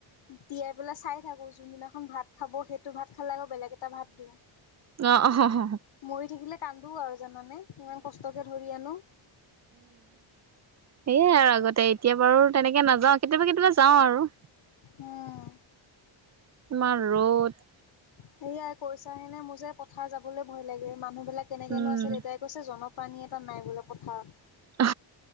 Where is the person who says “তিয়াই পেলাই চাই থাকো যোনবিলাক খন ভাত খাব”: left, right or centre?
Left